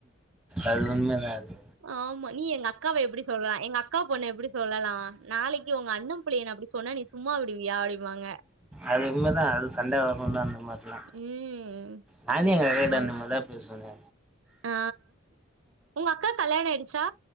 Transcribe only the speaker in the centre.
அது உண்மைதா அது
அது உண்மைதா அது சண்ட வருந்தா அந்த மாரிலா
நானே எங்க அக்கா
கிட்ட அந்த மாரிதா பேசுவனே